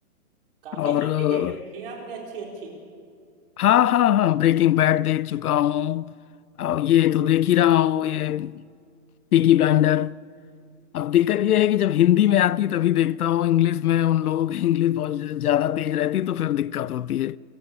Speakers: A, on the right (about 35°); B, on the left (about 75°).
A: काफी
B: और
A: सारी
B: अ,
A: देख रखी है आपने अच्छी अच्छी
B: हाँ हाँ हाँ ब्रेकिंग बैड देख चुका हूँ और ये तो देख ही रहा हूँ ये पीकी ब्लाइंडर अब दिक्कत ये है कि जब हिंदी में आती तभी देखता हूँ इंग्लिश में उन लोगों की इंग्लिश बहुत ज- ज्यादा तेज रहती तो फिर दिक्कत होती है